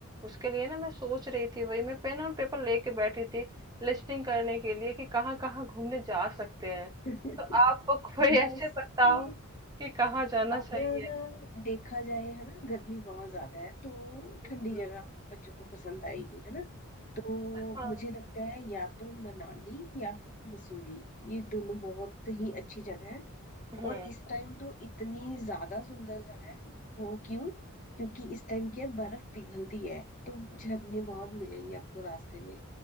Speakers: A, on the right; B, on the left.
A: उसके लिए ना मैं सोच रही थी वही मैं पेन और पेपर लेके बैठी थी लिस्टिंग करने के लिए कि कहाँ कहाँ घूमने जा सकते हैं
B: <laughs>
A: तो आप <laughs> कोई
B: वैसे
A: ऐसे बताओ कि कहाँ जाना
B: अगर
A: सही है
B: देखा जाए है ना गर्मी बहुत ज्यादा है तो ठंडी
A: हम्म
B: जगह बच्चों को पसंद आएगी है ना तो
A: हाँ
B: मुझे लगता है या तो मनाली या फिर मसूरी ये दोनों बहुत ही अच्छी जगह है
A: हम्म
B: और इस टाइम तो इतनी ज्यादा सुंदर जगह है वो क्यों क्योंकि इस टाइम क्या है, बर्फ पिघलती है तो झरने बहुत मिलेंगे आपको रास्ते में